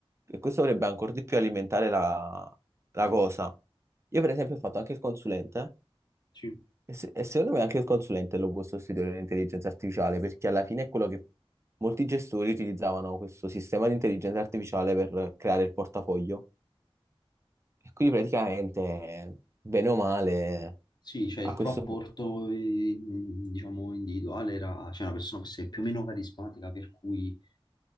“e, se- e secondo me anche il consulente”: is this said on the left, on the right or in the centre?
Right